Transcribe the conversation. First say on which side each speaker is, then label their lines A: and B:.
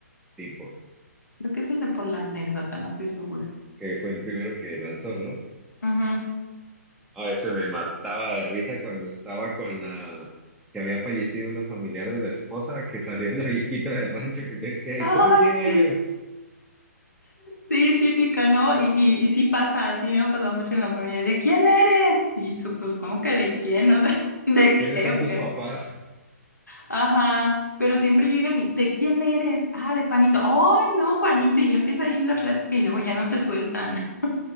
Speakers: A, in the centre; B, on the left.
A: tipo,
B: Creo que es el de por la anécdota, no estoy segura.
A: que fue el primero que lanzó, ¿no?
B: Ujú.
A: A veces me mataba de risa cuando estaba con la que había fallecido una familiar de la esposa, que salió la <laughs> viejita de rancho que te decía,
B: Ay,
A: ¿y tú de quién
B: sí.
A: eres?
B: Sí, típica, ¿no? Y, y, y sí pasa, sí me ha pasado mucho en la familia. ¿De quién eres? Y tú, pues, ¿cómo que de quién? O sea, <laughs> ¿de
A: ¿Y quiénes
B: qué
A: son
B: o
A: tus
B: qué?
A: papás? <laughs>
B: Ajá, pero siempre llegan y, ¿de quién eres? Ah, de Juanito. ¡Ay, no, Juanito! Y ya empieza ahí la plática y luego ya no te sueltan. <laughs>